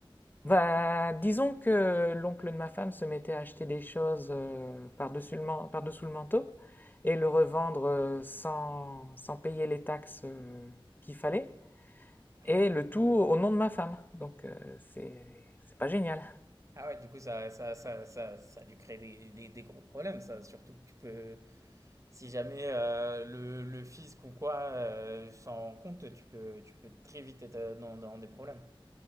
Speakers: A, on the left (about 20°); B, on the right (about 35°).
A: Bah, disons que l'oncle de ma femme se mettait à acheter des choses euh, par-dessus le, man- par-dessous le manteau et le revendre euh, sans, sans payer les taxes euh, qu'il fallait,
B: Ah
A: et
B: oui.
A: le tout au nom de ma femme. Donc, euh, c'est, c'est pas génial.
B: Ah ouais, du coup, ça, ça, ça, ça, ça a dû créer des, des, des gros problèmes, ça. Surtout que tu peux, si jamais euh, le, le fisc ou quoi euh, s'en rend compte, tu peux, tu peux très vite être euh, dans, dans des problèmes.